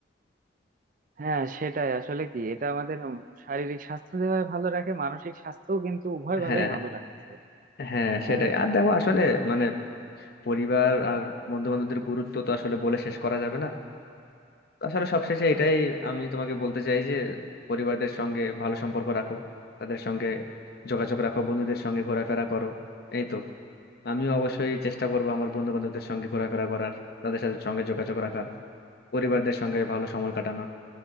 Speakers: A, on the right; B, on the left.
A: হ্যাঁ সেটাই আসলে কি এটা আমাদের শারীরিক স্বাস্থ্য যেভাবে ভালো রাখে মানসিক স্বাস্থ্যও কিন্তু উভয় ভাবেই
B: হ্যাঁ
A: ভালো রাখতেছে
B: হ্যাঁ
A: হ্যাঁ
B: সেটাই আর দেখো আসলে মানে পরিবার আর বন্ধু বান্ধবদের গুরুত্ব তো আসলে বলে শেষ করা যাবে না আসলে সবশেষে এটাই আমি তোমাকে বলতে চাই যে পরিবারদের সঙ্গে ভালো সম্পর্ক রাখো তাদের সঙ্গে যোগাযোগ রাখো বন্ধুদের সঙ্গে ঘোরাফেরা করো এই তো আমিও অবশ্যই চেষ্টা করবো আমার বন্ধু বান্ধবদের সঙ্গে ঘোরাফেরা করার তাদের সাথে সঙ্গে যোগাযোগ রাখার পরিবারদের সঙ্গে ভালো সময় কাটানোর